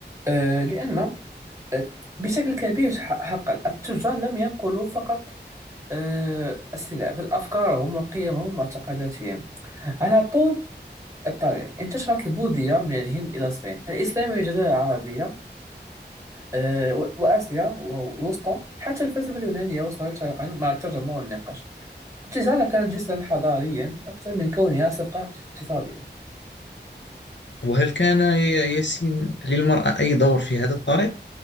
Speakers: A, on the right (about 15°); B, on the left (about 80°).
A: أه لأن آه، بشكل كبير ح- حقا التجار لم ينقلوا فقط أه السلع بل أفكارهم وقيمهم واعتقاداتهم على طول الطريق انتشرت البوذية من الهند إلى الصين الإسلام والجزيرة العربية آه، و- وآسيا والوسطى حتى الفلسفة اليونانية وصلت شرقا مع الترجمة والنقاش التجارة كانت جسرا حضاريا أكثر من كونها صفقة اقتصادية
B: وهل كان يا ياسين للمرأة أي دور في هذا الطريق